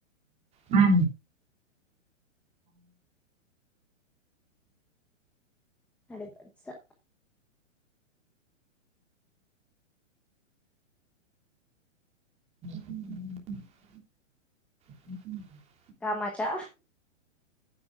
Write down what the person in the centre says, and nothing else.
आणि बस जा.
कामाच्या